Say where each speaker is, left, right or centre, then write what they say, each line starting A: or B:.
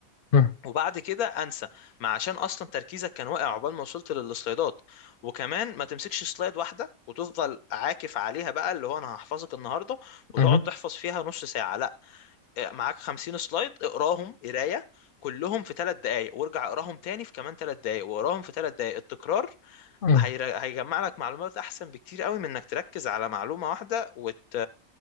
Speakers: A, on the left; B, on the left.
A: مم.
B: وبعد كده انسى ما عشان اصلا تركيزك كان واقع عقبال ما وصلت للسلايدات وكمان ما تمسكش سلايد واحده وتفضل عاكف عليها بقى اللي هو انا هحفظك النهارده وتقعد
A: مهم.
B: تحفظ فيها نص ساعه لا إيه، معاك 50 سلايد اقراهم قرايه كلهم في ثلاث دقائق وارجع اقراهم تاني في كمان ثلاث دقائق واقراهم في ثلاث دقائق التكرار
A: مم.
B: هير- هيجمع لك معلومات احسن بكتير قوي من انك تركز على معلومه واحده وت...